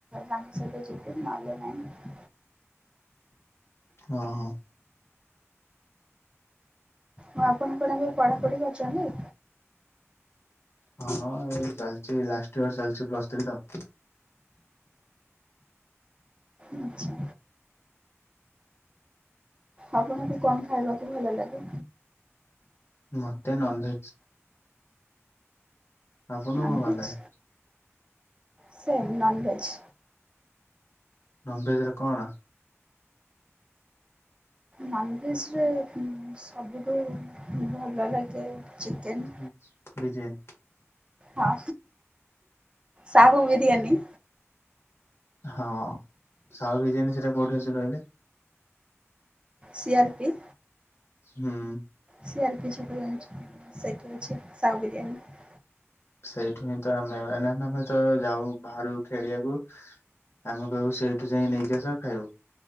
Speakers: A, on the right; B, on the left.
A: ତାଙ୍କ ସହିତ ଯିବି, ନହେଲେ ନାହିଁ।
B: ହଁ ହଁ
A: ହଁ ଆପଣ କଣ ଏବେ ପଢାପଢି କରୁଚନ୍ତି?
B: ହଁ ଏଇ ଚାଲିଛି ଲାଷ୍ଟ ଇୟର ଚାଲିଛି ପ୍ଲସ୍ ଥ୍ରୀ ତ -
A: ଆଛା, ଆପଣଙ୍କୁ କଣ ଖାଇବାକୁ ଭଲ ଲାଗେ?
B: ମତେ ନନ୍ ଭେଜ୍ ଆପଣଙ୍କୁ
A: ନନ୍
B: କଣ
A: ଭେଜ୍
B: ଭଲ ଲାଗେ
A: ସେ ନନ୍ ଭେଜ୍
B: ନନ୍ ଭେଜ୍ ରେ କଣ?
A: ନଜ୍ ଭେଜ୍ ରେ ସବୁଠୁ ଭଲ ଲାଗେ ଚିକେନ୍।
B: <unintelligible> ଡିଜ଼ାଇନି।
A: ହଁ ସାହୁ ବିରିୟାନୀ
B: ହଁ ସାହୁ ବିରିୟାନୀ ସେଇଟା କାଉଠି ଅଛି କହିଲେ?
A: ସି ଆର ପି
B: ହୁଁ ଉଁ
A: ସି ଆର ପି ଛକ ଜାଣିଚି, ସେଠି ଅଛି ସାହୁ ବିିରିୟାନୀ।
B: ସେଇଠୁ ହିଁ ତ ଆମେ ମାନେ, ଆମେ ତ ଯାଉ ବାହାରୁ ଖେଳିବାକୁ ଆମେ କହିବୁ ସେଇଠୁ ଯାଇ ନେଇକି ଆସ ଖାଇବ